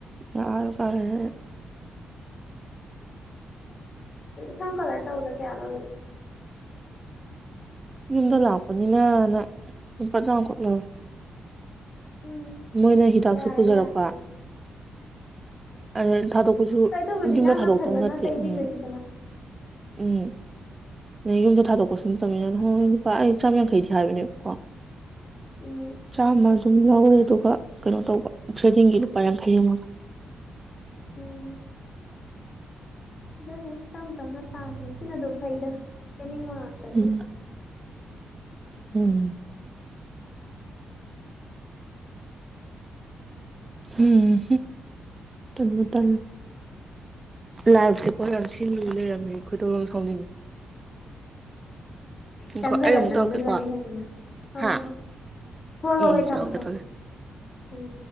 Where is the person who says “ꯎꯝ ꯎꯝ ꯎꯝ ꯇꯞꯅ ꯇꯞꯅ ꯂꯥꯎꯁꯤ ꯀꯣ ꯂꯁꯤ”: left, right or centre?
Right